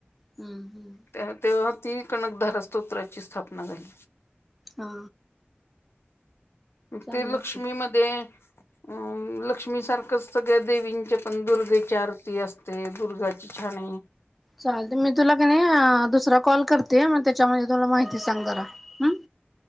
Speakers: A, in the centre; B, on the left.
A: हम्म, हम्म.
B: त्या तेव्हा ती कणकधारा स्तोत्राची स्थापना झाली.
A: हा. चांगलं
B: ते लक्ष्मी
A: की
B: मध्ये अ लक्ष्मी सारखंच सगळ्या देवींच्या पण दुर्गेची आरती असते दुर्गाची छाणे
A: चालते मी तुला क नाही दुसरा कॉल करते मग त्याच्यामध्ये. तुला माहिती सांग जरा हम्म